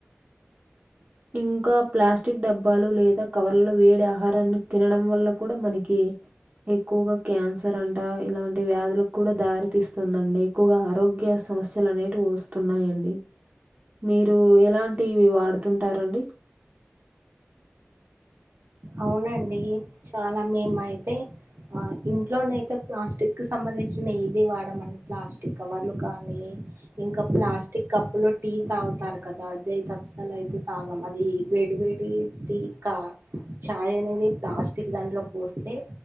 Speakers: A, on the right; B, on the right.
A: ఇంకా ప్లాస్టిక్ డబ్బాలు లేదా కవర్లో వేడిే ఆహారాన్ని తినడం వల్ల కూడా మనకి ఎక్కువగా క్యాన్స ారంట ఇలాంటి వ్యాధులకు కూడా దారితిస్తుందండి ఎక్కువగా ఆరోగ్య సమస్యలు అనేటివి వస్తున్ న్నాయండి మీరు ఎలాంటియి వాడుతుంటారండి
B: అవునండి చాలా మేమయితే ఆ ఇంట్లోనయితే ప్లాస్టిక్ కి సంబంధించిన ఏది వాడమండి ప్లాస్టిక్ కవర్లు కానీ ఇంకా ప్లాస్టిక్ కప్పులో టీ తాగుతారు కదా అదైతే అస్సలైతే తాగం. అదీ ఈ వేడి వేడి టీ కా చాయ్ అనేది ప్లాస్టిక్ దాంట్లో పోస్తే